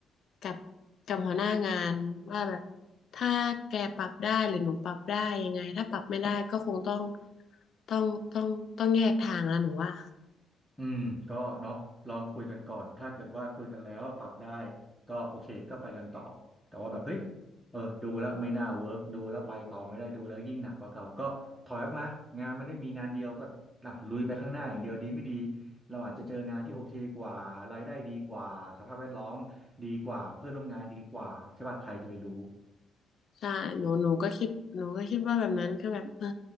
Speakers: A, on the left; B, in the centre.
A: กับกับหัวหน้างานว่าแบบถ้าแกปรับได้หรือหนูปรับได้ยังไงถ้าปรับไม่ได้ก็คงต้องต้องต้องต้องแยกทางแล้วหนูว่า
B: อืมก็เนาะลองคุยกันก่อนถ้าเกิดว่าคุยกันแล้วปรับได้ก็โอเคก็ไปกันต่อแต่ว่าแบบเฮ้ยเออดูแล้วไม่น่าเวิร์กดูแล้วไปต่อไม่ได้ดูแล้วยิ่งหนักกว่าเก่าก็ถอยออกมางานมันได้มีงานเดียวก็อ่ะลุยไปข้างหน้าอย่างเดียวดีไม่ดีเราอาจจะเจองานที่โอเคกว่ารายได้ดีกว่าสภาพแวดล้อมดีกว่าเพื่อนร่วมงานดีกว่าใช่ป่ะใครจะไปรู้
A: ใช่หนูหนูก็คิดหนูก็คิดว่าแบบนั้นคือแบบเออ